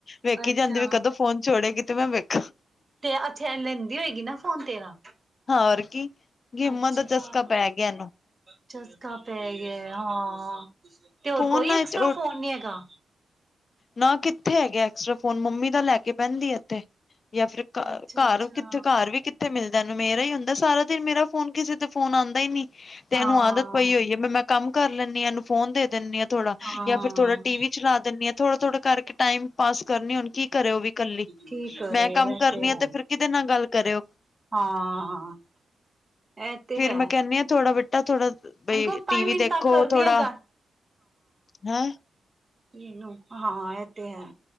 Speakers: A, on the left; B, on the right.
A: ਵੇਖੀ
B: ਅੱਛਾ
A: ਜਾਂਦੀ ਵੀ ਕਦੋਂ ਫੋਨ ਛੋੜੇਗੀ ਤੇ ਮੈਂ ਵੇਖਾਂ
B: ਤੇ ਅੱਛਾ ਐ ਲੈਂਦੀ ਹੋਏਗੀ ਨਾ ਫੋਨ ਤੇਰਾ।
A: ਹਾਂ ਹੋਰ ਕੀ ਗੇਮਾਂ
B: ਅੱਛਾ
A: ਦਾ ਚਸਕਾ ਪੈ ਗਿਆ ਇਹਨੂੰ।
B: ਚਸਕਾ ਪੈ ਗਿਆ ਹਾਂ ਤੇ ਹੋਰ
A: ਫੋਨ
B: ਕੋਈ
A: ਨਾ
B: ਐਕਸਟਰਾ ਫੋਨ ਨੀ ਹੈਗਾ?
A: ਨਾ ਕਿੱਥੇ ਹੈਗੇ ਐਕਸਟਰਾ ਫੋਨ ਮੰਮੀ ਦਾ ਲੈ ਕੇ ਬਹਿੰਦੀ ਹੈ। ਜਾਂ ਫਿਰ
B: ਅੱਛਾ
A: ਘਰ
B: ਅੱਛਾ
A: ਕਿੱਥੇ ਘਰ ਵੀ ਕਿੱਥੇ ਮਿਲਦਾ ਇਹਨੂੰ ਮੇਰਾ ਹੀ ਹੁੰਦਾ ਸਾਰਾ ਦਿਨ ਮੇਰਾ ਫੋਨ ਕਿਸੇ ਦੇ ਫੋਨ ਆਉਂਦਾ ਈ ਨਈ। ਤੇ
B: ਹਾਂ
A: ਇਹਨੂੰ ਆਦਤ ਪਈ ਹੋਈ ਹੈ ਮੈਂ ਕੰਮ ਕਰ ਲੈਂਦੀ ਆ ਇਹਨੂੰ ਫੋਨ ਦੇ ਦਿੰਦੀ ਹਾਂ ਥੋੜਾ,
B: ਹਾਂ
A: ਜਾਂ ਫਿਰ ਥੋੜਾ ਟੀ ਵੀ ਚਲਾ ਦਿੰਨੀ ਆ ਥੋੜਾ-ਥੋੜਾ ਕਰ ਕੇ ਟਾਈਮ ਪਾਸ ਕਰਨੀ ਹੁਣ ਕੀ ਕਰੇ ਉਹ ਵੀ। ਇਕੱਲੀ।
B: ਕੀ ਕਰੇ
A: ਮੈਂ ਕੰਮ
B: ਇਹ
A: ਕਰਨੀ
B: ਹੈ
A: ਆ ਤੇ ਫਿਰ ਕਿਹਦੇ ਨਾਲ ਗੱਲ ਕਰੇ ਉਹ।
B: ਹਾਂ ਇਹ ਤੇ
A: ਫਿਰ
B: ਹੈ
A: ਮੈਂ ਕਹਿੰਨੀ ਆ ਥੋੜਾ ਬੇਟਾ ਥੋੜਾ,
B: ਇਹਨੂੰ
A: ਬਈ
B: ਕਹੋ ਪੰਜ
A: ਟੀਵੀ
B: ਮਿੰਟ
A: ਦੇਖੋ
B: ਤੱਕ ਕਰਦੀ
A: ਥੋੜਾ,
B: ਆ ਗੱਲ
A: ਹੈਂ।
B: ਕੀ ਨੂੰ ਹਾਂ ਇਹ ਤੇ ਹੈ।